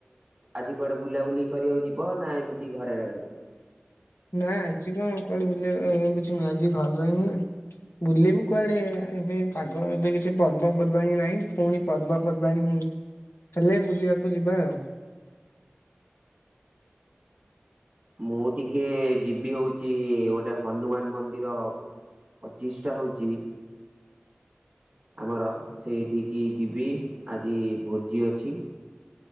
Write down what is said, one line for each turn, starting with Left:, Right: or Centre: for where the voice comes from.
Right: ଆଜି କୁଆଡେ ବୁଲାବୁଲି କରିବାକୁ ଯିବ ନା ଏମିତି ଘରେ ରହିବ।
Left: ନାଁ ଆଜି କଣ କୁଆଡେ ବୁଲିବା କିଛି ନୁହଁ ଆଜି ଘର ରହିବି ନାଁ। ବୁଲିବୁ କୁଆଡେ ଏବେ ପାଗ ଏବେ କିଛି ପର୍ବପର୍ବାଣୀ ନାହିଁ ପୁଣି ପର୍ବପର୍ବାଣୀ ହେଲେ ବୁଲିବାକୁ ଯିବା ଆଉ।
Right: ମୁଁ ଟିକେ ଯିବି ହଉଛି ଗୋଟେ ହନୁମାନ ମନ୍ଦିର ପ୍ରଚିଷ୍ଠା ହଉଚି। ଆମର ସେଇଠିକି ଯିବି ଆଜି ଭୋଜି ଅଛି।